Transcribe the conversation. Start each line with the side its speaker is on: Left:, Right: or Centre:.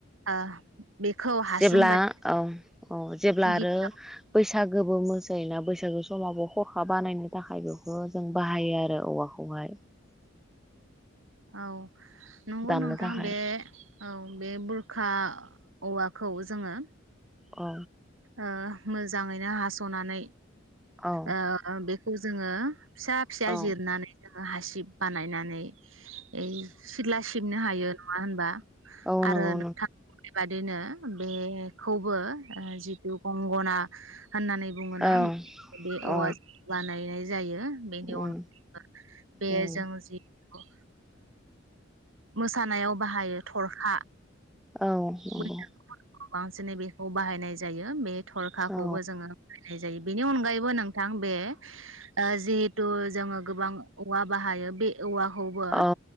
Right: ओ बेखौ हासुं
Centre: जेब्ला
Right: बानायनानै
Centre: औ औ जेब्ला
Right: गिबियाव
Centre: आरो बैसाग गोबो मोसायो ना बैसागो समावबो खरखा बानायनो थाखाय बेखौ जों बाहायो आरो औवाखौहाय
Right: औ नंगौ
Centre: दामनो
Right: नोंथां
Centre: थाखाय
Right: बे औ बे बुर खा औवाखौ जोङो
Centre: औ
Right: ओ मोजाङैनो हासनानै
Centre: औ
Right: ओ बे खौ जोङो फिसा फिसा
Centre: औ
Right: जिरनानै हासिब बानायनानै ओइ सिथला सिबनो हायो नङा होनबा
Centre: औ
Right: आरो
Centre: नंगौ
Right: नोंथां बे बादिनो बेखौबो जिथु गंगना होननानै बुङोना
Centre: औ
Right: बे औवाजों
Centre: औ
Right: बानायनाय जायो बेनि
Centre: उम
Right: अनगाबो बे
Centre: उम
Right: जों जि ओ मोसानायाव बाहायो थरखा
Centre: औ नंगौ
Right: बैखौ बांसिनै बेखौ बाहायनाय जायो बे थरखाखौबो
Centre: औ
Right: जोङो बाहायनाय जायो बेनि अनगायैबो नोंथां बे ओ जिहेथु जोङो गोबां औवा बाहायो बे औवा खौबो‌
Centre: औ